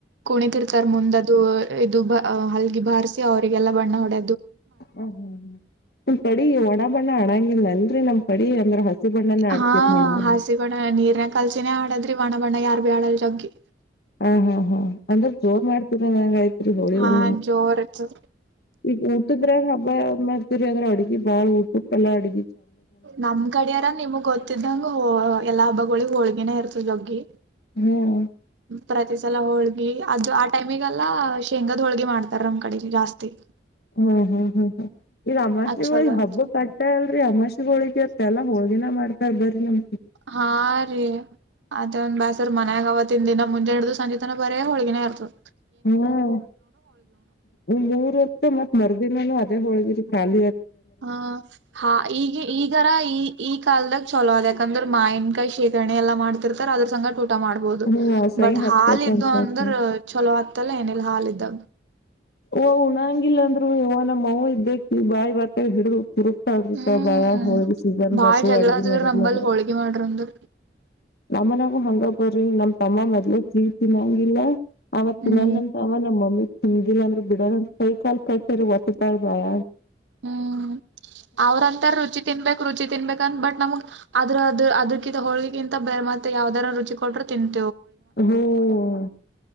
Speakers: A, on the right; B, on the left.
A: ಕುಣಿದಿರ್ತಾರ ಮುಂದದು ಇದು ಹಲ್ಲಿಗೆ ಬಾರಿಸಿಿ ಅವರಿಗೆಲ್ಲಾ ಬಣ್ಣ ಹೊಡ
B: ಹ ಹ್ಮ್ ಉಲ್ ಪಡಿ ಒಣ ಬಣ್ಣ ಹಣಂಗಿಲ್ಲ ಅಲ್ರಿ ನಮ್ ಕಡಿ ಅಂದ್ರ ಹಸಿ ಬಣ್ಣನ ಆಡ್ತಿರ್
A: ಹಾ
B: ನೀವು
A: ಹಾಸಿ ಕೊಡಣ ನೀರ್ನ ಕಲ್ಸಿನೇ ಆಾಡದ್ರೆ ವಣವಣ ಯಾರ ಬೇ ಆಳಲ್ ಜಂಗಿ
B: ಹಾ ಹಾ ಹಾ ಅಂದ್ರ ಜೋರ್ ಮಾಡ್ತನನ್ ಹೆಂಗ ಐತ್ರಿ ಹೋಳಿ
A: ಹಾ
B: ಹು
A: ಜೋರ್ ಇರ್ತದ.
B: ಈಗ ಊಟದ್ರಾಗ ಹಬ್ಬ ಯಾವ ಮಾಡ್ತರಿ ಅದ್ರೆ ಅಡ್ಗಿ ಬಾಳ್ ಊಟಕ್ಕೆ ಎಲ್ಲಾ ಅಡ್ಗ
A: ನಮ್ ಕಡಿಯಾರ ನಿಮಗ್ ಗೊತ್ತಿದ್ದಂಗ ಎಲ್ಲಾ ಬ ಳಿ ಹೋಳ್ಗಿನೇ ಇರ್ತದೆ ಜಗ್ಗಿ
B: ಹ್ಮ್
A: ಪ್ರತಿಿಸಲ ಹೋಳ್ಗಿ ಅದು ಆ ಟೈಮಿಗೆಲ್ಲ ಶೇಂಗಾದ್ ಹೋಳ್ಗಿ ಮಾಡ್ತಾರ ನಮ್ ಕಡೆಲಿ ಜಾಸ್ತಿ
B: ಹ್ಮ್ ಹ್ಮ್ ಹ್ಮ್ ಹ್ಮ್ ಈಗ ಅಮಾಸಿಗಳಿ
A: ಅದ್ ಚಲೋ
B: ಹಬ್ಬ
A: ಐತಿ.
B: ಕಟ್ಟತಾ ಅಲ್ರರಿ ಅಮಾಾಸಿಗಳೋಳಿಗೆ ಮೆಲ್ಲಾ ಹೋಳಿನ ಮಾಡ್ತಾರ ಬರರಿ ನಮ
A: ಹಾ ರೀ ಅದೇ ಒಂದ್ ಬಾಸಸರ್ ಮನ್ಯಾಗ ಅವವತ್ತಿನ ದಿನ ಮುಂ ಹಿಡು ಸಂಜೆ ತನ ಬರಾಗ ಹೊಳಗಿನೇ ಇರ್ತದು
B: ಹ್ಮ್ ಮೂರ ಹೊತ್ತು ಮತ್ತ್ ಮರುದಿನಾನೂ ಅದೇ ಹೊಳಗಿರಿ ಖಾಲ
A: ಹ ಹಾ ಈಗ ಈಗಾರ ಈ ಈ ಕಾಲದಾಗ ಚಲೋ ಅದ ಯಕಂದ್ರೆ ಮಾಯನ್ಕಾಯಿ ಶೇಖರಣೆ ಎಲ್ಲಾ ಮಾಡ್ತಿರ್ತರ್ ಅದ್ರ ಸಂ ಊಟ ಮಾಡ್ಬೋದು
B: ಹ್ಮ ಸಹಿ
A: ಬಟ್
B: ಹತ್ತೈತ್
A: ಹಾಾಲಿದ್ದು
B: ಅಂತ ಹೇಳ್ತಾನ
A: ಅಂದ್ರ ಚಲೋ ಆಗ್ತಲ್ಲ ಏನಿಲ್ಲ ಹಾಾಲಿದ್ದಾಗ
B: ಓ ಉಣಂಗಿಲ್ಲ ಅಂದ್ರು ಇವ ನಮ್ಮ್ ಅ ಇದ್ದ ಬಾಯಿ ಬರ್ತ ಹಿಡಿದ್ರು
A: ಹ್ಮ್
B: ಪ ಬಾಳ ಹೋಿ ಸೀಸನ್
A: ಬಾಳ್
B: ಬಯತು
A: ಜಗಳಾದ್ರ
B: ಅಡ್ಗೆ ಮಡಗೆ
A: ನಂಬಲ್ ಹೋಳ್ಗಿ ಮಾಡ್ರಂದ್ರ
B: ನಮ್ಮನ ಹಂಗ ಬರ್ರಿ ನಮ್ ತಮ್ಮ ಮೊ್ೇ ಕೀ ತಿನ್ನಂಗಿಲ್ಲ ಅವ ತಿನ್ನಲ್ಲಂತವ
A: ಹ್ಮ್
B: ನಮ್ಮ ಮಮ್ಮಿ ಹಮಂಗಿಲ್ಲ ಅಂದ್ರರು ಬಿಡ ಕೈ ಕಾಲ್ ಕಟ್ಟ್ರ ಒತ್ತಪಾಯ ಬಯ
A: ಹ್ಮ್ ಅವ್ರಂತಾರ ರುಚಿ ತಿನ್ಬೇಕು ರುಚಿ ತಿನ್ಬೇಕಂತ ಬಟ್ ನಮಗ್ ಅದ್ರದು ಅದ ಹೋಳಿಗಿಂತ ಬೇರ್ ಮತ್ ಯಾವ್ದಾರರು ರುಚಿ ಕೊಟ್ಟರು ತಿಂತ
B: ಹ್ಮ್